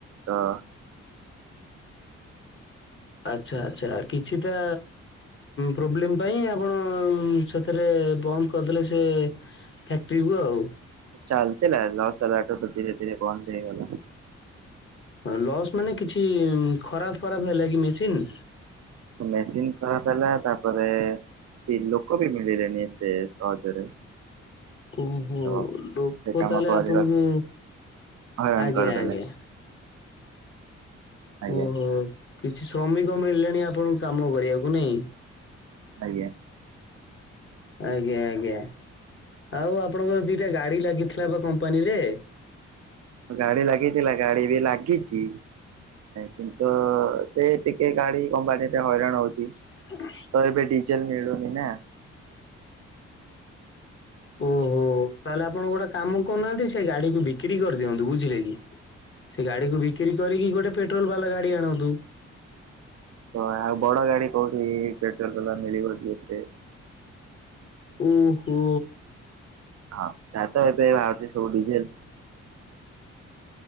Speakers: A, on the right; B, on the left.
A: ତ
B: ଆଚ୍ଛା ଆଚ୍ଛା କିଛି ଟା ପ୍ରୋବ୍ଲେମ୍ ପାଇଁ ଆପଣ ସେଥିରେ ବନ୍ଦ କରିଦେଲେ ସେ ଫ୍ୟାକ୍ଟ୍ରି କୁ ଆଉ।
A: ଚାଲିଥିଲା ଲସ୍‌ ହେଲାଠୁ ତ ଧୀରେ ଧୀରେ ବନ୍ଦ ହେଇଗଲା।
B: ଲସ୍ ମାନେ କିଛି ଖରାପ୍ ଫରାପ୍ ହେଲା କି ମେସିନି?
A: ମେସିନି ଖରାପ୍ ହେଲା ତାପରେ ଲୋକ ବି ମିଳିଲେଣିି। ସେ ସହଜରେ
B: ଓହୋ
A: ତ
B: ଲୋକ
A: ସେ କାମ
B: ତାହେଲେ
A: କରିବା
B: ଆପଣଙ୍କୁ
A: ହଇରାଣ
B: ଆଜ୍ଞା
A: କରିଦେଲେ
B: ଆଜ୍ଞା।
A: ଆଜ୍ଞା
B: ଓହୋ କିଛି ଶ୍ରମିକ ମିଳିଲେଣି ଆପଣଙ୍କୁ କାମ କରିବାକୁ ନାଇଁ।
A: ଆଜ୍ଞା।
B: ଆଜ୍ଞା ଆଜ୍ଞା। ଆଉ ଆପଣଙ୍କର ଦିଟା ଗାଡି ଲାଗିଥିଲା ପା କମ୍ପାନୀ ରେ?
A: ଗାଡି ଲାଗିଥିଲା ଗାଡି ବି ଲାଗିଚି। କିନ୍ତୁ ସେ ଟିକେ ଗାଡି ଆମ୍ବାଡିଟେ ହଇରାଣ ହୋଉଚି।
B: ହଁ
A: ଆଉ ଏବେ ଡିଜେଲ୍ ମିଳୁନି ନା?
B: ଓହୋ ତାହେଲେ ଆପଣ ଗୋଟେ କାମ କରୁନାହାନ୍ତି ସେ ଗାଡିକୁୁ ବିକ୍ରି କରିଦିଅନ୍ତୁ ବୁଝିଲେ କି। ସେ ଗାଡିକୁ ବିକ୍ରି କରିକି ଗୋଟେ ପେଟ୍ରୋଲ ବାଲା ଗାଡି ଆଣନ୍ତୁ।
A: ତ ଆଉ ବଡ଼ଗାଡ଼ି କୋଉଠି ପେଟ୍ରୋଲ ବାଲା ମିଳିିବ କି ଏତେ?
B: ଓହୋ।
A: ହଁ ଯାହା ତ ଏବେ ବାହାରୁଚି ସବୁ ଡିଜେଲ।